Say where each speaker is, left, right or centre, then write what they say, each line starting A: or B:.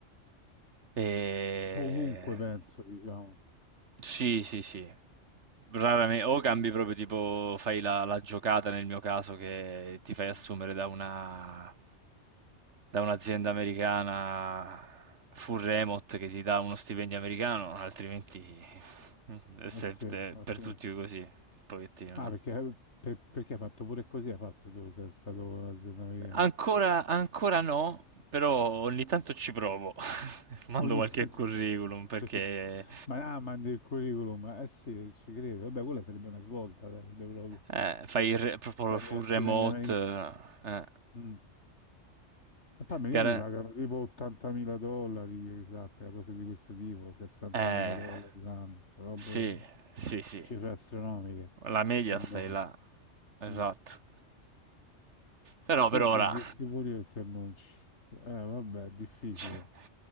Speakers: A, on the right; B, on the left.
A: Ehm,
B: ovunque penso diciamo
A: sì, sì, sì. Rarame o cambi proprio tipo, fai la, la giocata nel mio caso che ti fai
B: sì
A: assumere da una, da un'azienda americana full remote che ti dà uno stipendio americano, altrimenti <laughs> è sempre-
B: eh sì, eh
A: per
B: sì.
A: tutti così, un pochettino,
B: Ah,
A: no?
B: perché, eh, per- perché hai fatto pure così, hai fatto tu, sei stato un'azienda americana.
A: Ancora, ancora no, però ogni tanto ci provo. <laughs> Mando
B: Ogni
A: qualche
B: tanto
A: curriculum perché
B: <laughs> sì. Ma, ah, mandi il curriculum, eh sì, ci credo. Vabbè, quella sarebbe una svolta, sarebbe proprio.
A: eh, fai il re- proprio
B: Prendi
A: full
B: lo stipendio
A: remote.
B: americano.
A: eh.
B: Mm. E poi
A: Per-
B: gli mi pagano tipo 80.000 dollari, io che sappia, cose di questo tipo, 60.000
A: Eh,
B: dollari l'anno, robe,
A: sì, sì, sì.
B: cifre astronomiche
A: La media
B: per
A: stai
B: noi.
A: là. Esatto.
B: mm.
A: Però
B: Sì,
A: per ora...
B: sì, ho visto pure io questi annunci. Eh, vabbè, è difficile.
A: Cioè,